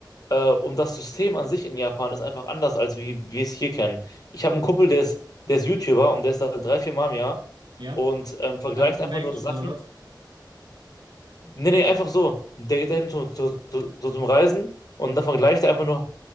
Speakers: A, on the left; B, on the right.
A: Äh, und das System an sich in Japan ist einfach anders, als wie wir es hier kennen. Ich habe einen Kumpel, der ist, der ist YouTuber und der ist da drei, vier Mal im Jahr
B: ja,
A: und ähm, vergleicht
B: bei einer Convention
A: einfach nur Sachen
B: oder was?
A: Nee, nee, einfach so. Der geht dahin zu, zu, zu, zu, zum Reisen und dann vergleicht er einfach nur